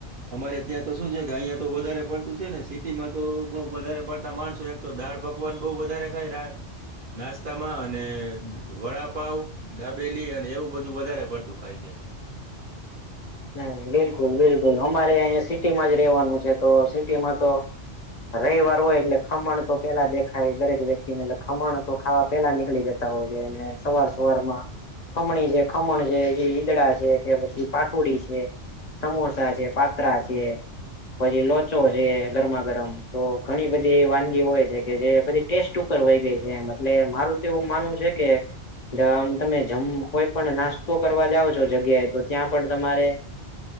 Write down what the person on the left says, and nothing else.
હમ્મ, બિલકુલ-બિલકુલ અમારે અહીં સિટીમાં જ રેવાનું છે તો સિટીમાં તો... રવિવાર હોય એટલે ખમણ તો પેલા દેખાય દરેક વ્યક્તિ ને ખમણ તો ખાવા પેલા નીકળી જ સવાર સવાર માં ખમણી છે, ખમણ છે, ઈદડા છે કે પછી પાટ ટોડી છે, સમોસા છે, પાત્રા છે... પછી લોચો છે. ગરમા-ગરમ તો ઘણી બધી વાનગી હોય છે. કે જેધી ટેસ્ટ... વાઈ ગઈ છે, એમ એટલે મારું તો એવું માનવું છે. કે... આમ તમે જમ કોઈ પણ નાસ્તો કરવા જાવ છો જગ્યાએ તો ત્યાં... પણ તમારે...